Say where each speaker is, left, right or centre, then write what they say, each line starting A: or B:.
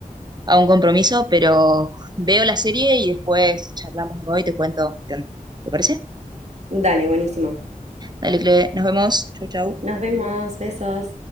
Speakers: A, on the right (about 30°); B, on the right (about 55°).
A: a un compromiso, pero veo la serie y después charlamos de nuevo y te cuento qué onda. ¿Te parece?
B: Dale, buenísimo.
A: Dale, Cle, nos vemos. Chau, chau.
B: Nos vemos, besos.